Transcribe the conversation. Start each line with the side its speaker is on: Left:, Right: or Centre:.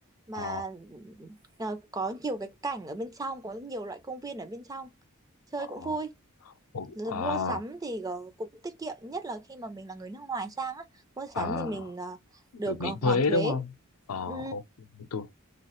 Right: mà
Left: Ờ
Right: ờ, có nhiều cái cảnh ở bên trong có nhiều loại công viên ở bên trong chơi
Left: Ờ
Right: cũng
Left: ờ,
Right: vui
Left: Ủa,
Right: Rồi
Left: Ờ
Right: mua sắm thì ờ, cũng tiết kiệm nhất là khi mà mình là người nước ngoài sang á mua sắm
Left: Ờ
Right: thì mình ờ,
Left: Được
Right: được ờ,
Left: miễn thuế
Right: hoàn thuế
Left: đúng không Ờ
Right: ừ
Left: ok tôi